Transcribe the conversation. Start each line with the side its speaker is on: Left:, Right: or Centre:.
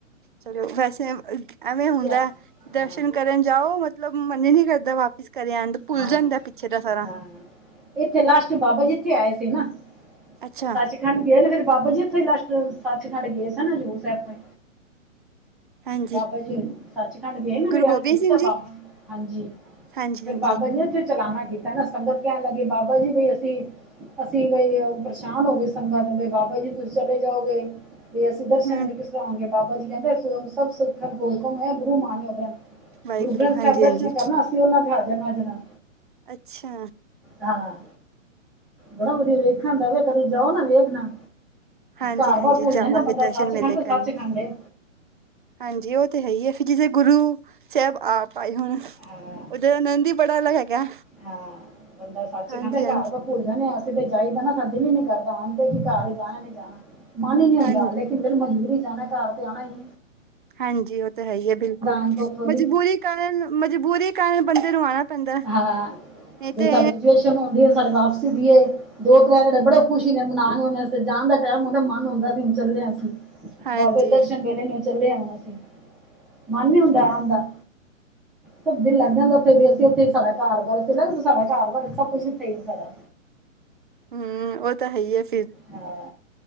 Right: ਚਲੋ ਵੈਸੇ ਐਵੇਂ
Centre: ਇਤਿਹਾਸ
Right: ਹੁੰਦੈ ਦਰਸ਼ਨ
Centre: ਹਾਂ
Right: ਕਰਨ ਜਾਓ ਮਤਲਬ ਮਨ ਹੀ ਨੀ ਕਰਦਾ ਵਾਪਿਸ ਕਰੇ ਆਉਣ ਦਾ ਭੁੱਲ
Centre: ਹਾਂ
Right: ਜਾਂਦਾ ਪਿੱਛੇ ਦਾ ਸਾਰਾ
Centre: ਹਾਂ ਇੱਥੇ ਲਾਸਟ ਬਾਬਾ ਇਥੇ ਆਏ ਸੀ ਨਾ
Right: ਅੱਛਾ
Centre: ਸੱਚ ਖੰਡ ਗਏ ਨੇ ਫਿਰ ਬਾਬਾ ਜੀ ਉੱਥੋਂ ਲਾਸਟ ਸੱਚਖੰਡ ਗਏ ਸਨ ਹਜ਼ੂਰ ਸਾਹਿਬ ਤੋਂ ਈ
Right: ਹਾਂਜੀ
Centre: ਬਾਬਾ ਜੀ ਸੱਚਖੰਡ ਗਏ ਨਾ
Right: ਗੁਰੂ
Centre: ਵਿੇ
Right: ਗੋਬਿੰਦ
Centre: ਜੂਸ
Right: ਸਿੰਘ
Centre: ਹੈ
Right: ਜੀ
Centre: ਬਾਬਾ <unintelligible> ਹਾਂਜੀ
Right: ਹਾਂਜੀ
Centre: ਫਿਰ
Right: ਹਾਂ
Centre: ਬਾਬਾ ਜੀ ਇੱਥੇ ਚਲਾਣਾ ਕੀਤਾ ਨਾ ਸੰਗਤ ਕਹਿਣ ਲੱਗੀ ਬਾਬਾ ਜੀ ਬਈ ਅਸੀਂ ਅਸੀਂ ਬਈ ਪਰੇਸ਼ਾਨ ਹੋ ਗੇ ਸੰਗਾਂ ਕਦੇ ਬਾਬਾ ਜੀ ਤੁਸੀਂ ਚਲੇ ਜਾਓਗੇ ਵੀ ਅਸੀਂ ਦਰਸ਼ਨ
Right: ਹੂੰ ਹੂੰ
Centre: <unintelligible> ਕਿਸ ਤਰ੍ਹਾਂ ਹੋਣਗੇ ਬਾਬਾ ਜੀ ਕਹਿੰਦੇ ਸਭ ਸਿੱਖਨ ਕੋ ਹੁਕਮ ਹੈ ਗੁਰੂ ਮਾਨਿਓ
Right: ਵਾਹਿਗੁਰੂ
Centre: ਗੁਰੂ ਗ੍ਰੰਥ
Right: ਹਾਂਜੀ-ਹਾਂਜੀ
Centre: ਸਾਹਿਬ ਦਰਸ਼ਨ ਕਰਨਾ ਉਹਨਾਂ ਦੇ ਹਾਜ਼ਰ ਨਾਜ਼ਰ ਆਂ
Right: ਅੱਛਾ
Centre: ਹਾਂ ਬੜਾ ਵਧੀਆ ਵੇਖਣ ਦਾ ਵੇ ਕਦੇ ਜਾਓ ਨਾ ਵੇਖਣਾ
Right: ਹਾਂਜੀ-ਹਾਂਜੀ
Centre: ਘਰ ਬਾਹਰ ਭੁੱਲ
Right: ਜਾਵਾਂਗੇ
Centre: ਜਾਂਦਾ ਬੰਦਾ
Right: ਦਰਸ਼ਨ
Centre: ਸੱਚ
Right: ਮੇਲੇ
Centre: ਖੰਡ ਤੇ ਸੱਚ
Right: ਕਰਨ
Centre: ਖੰਡ ਏ
Right: ਹਾਂਜੀ ਉਹ ਤਾਂ ਹੈ ਹੀ ਹੈ ਫਿਰ ਜਿੱੇ ਗੁਰੂ ਸਾਹਿਬ ਆਪ ਭਾਈ ਹੁਣ
Centre: ਹਾਂ
Right: ਉਧਰ ਆਨੰਦ ਹੀ ਬੜਾ ਅਲੱਗ ਹੈਗਾ
Centre: ਹਾਂ ਬੰਦਾ ਸੱਚ
Right: ਹਾਂਜੀ-ਹਾਂਜੀ
Centre: ਖਾਂਦੇ ਘਰ ਵ <unintelligible> ਭੁੱਲ ਜਾਂ ਨੇ ਅਸੀਂ ਤਾਂ ਜਾਈਦਾ ਨਾ ਸਾ ਦਿਲ ਹੀ ਨੀ ਕਰਦਾ ਆਣ ਤੇ ਕਿ ਘਰ ਹੀ ਜਾਣਾ ਨੀ ਜਾਣਾ ਮਨ ਹੀ ਨਹੀਂ ਹੁੰਦਾ
Right: ਹਾਂ
Centre: ਲੇ ਕਿਦੇ <unintelligible> ਮਜਦੂੂਰ ਹੀ ਜਾਣਾ ਘਰ ਤੇ ਆਉਣਾ ਈ
Right: ਹਾਂਜੀ ਉਹ ਤਾਂ ਹੈ ਹੀ ਹੈ ਬਿਲਕੁਲ
Centre: ਆਣ ਤੋਂ ਉੱਥੋਂ ਦੀ
Right: ਮਜਬੂਰੀ ਕਾਰਨ ਮਜਬੂਰੀ ਕਾਰਨ ਬੰਦੇ ਨੂੰ ਆਣਾ ਪੈਂਦਾ
Centre: ਹਾਂ
Right: ਨਹੀਂ
Centre: ਜ
Right: ਤੇ
Centre: <unintelligible> ਸਾਡੀ ਰਜੂਏਸ਼ਨ ਆਦੀ ਸਾਡੇ ਵਾਪਸੀ ਦੀਏ ਦੋ ਤਰ ਜੜੇ <unintelligible> ਬੜੇ ਖੁਸ਼ੀ ਨੇ ਮਨਾ ਕੇ ਜਾਣ ਦਾ ਟੈਮ ਹੁੰਦਾ ਮਨ ਹੁੰਦਾ ਸੀ ਹੁਣ ਚੱਲਦੇ ਅਸੀਂ
Right: ਹਾਂਜੀ-ਹਾਂਜੀ
Centre: ਬਾਬੇ ਦਰਸ਼ਨ ਵੇਲੇ ਨੂੰ ਚੱਲੇ ਆਂ ਅਸੀ ਮਨ ਨੀ ਹੁੰਦਾ ਆਨ ਦਾ ਸਬ ਦਿਲ ਲੱਗ ਜਾਂਦਾ ਉੱਥੇ ਅਸੀਂ ਉੱਥੇ ਸਾਡਾ ਕਾਰ ਵਾਰ ਥੱਗ ਸਾਡਾ ਕਾਰ ਵਾਰ ਸਭ ਕੁੱਝ ਇੱਥੇ ਹੀ ਸਾਡਾ
Right: ਹਮ ਉਹ ਤਾਂ ਹੈ ਹੀ ਹੈ ਫਿਰ
Centre: ਹਾਂ